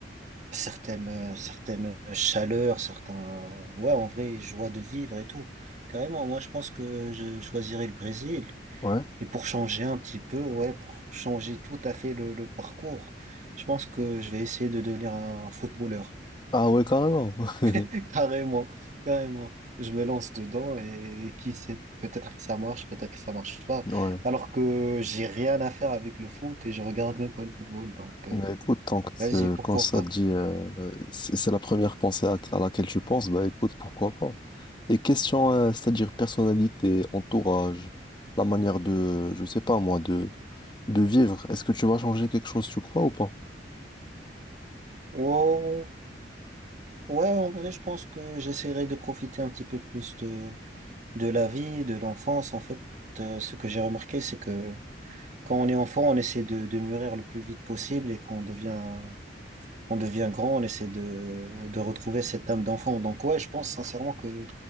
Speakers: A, on the right (about 40°); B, on the left (about 25°).
A: certaines, euh, certaines chaleurs, certains, ouais, en vrai, joie de vivre et tout. Carrément, moi, je pense que je choisirais le Brésil.
B: Ouais.
A: Et pour changer un petit peu, ouais, pour changer tout à fait le, le parcours, je pense que je vais essayer de devenir un footballeur.
B: Ah ouais, carrément. <laughs>
A: <laughs> Carrément, carrément. Je me lance dedans et qui sait, peut-être que ça marche, peut-être que ça marche pas.
B: Ouais.
A: Alors que j'ai rien à faire avec le foot et je regarde même pas le football. Donc, euh,
B: Bah écoute, tant que te-
A: vas-y, pourquoi
B: quand ça
A: pas.
B: te dit, euh, c'est c'est la première pensée à, à laquelle tu penses, bah écoute, pourquoi pas. Et question, euh, c'est-à-dire personnalité, entourage, la manière de, je sais pas moi, de, de vivre, est-ce que tu vas changer quelque chose, tu crois ou pas?
A: Wow. Ouais, en vrai, je pense que j'essaierai de profiter un petit peu plus de, de la vie, de l'enfance. En fait, euh, ce que j'ai remarqué, c'est que Quand on est enfant, on essaie de, de mûrir le plus vite possible et quand on devient, on devient grand, on essaie de, de retrouver cette âme d'enfant. Donc ouais, je pense sincèrement que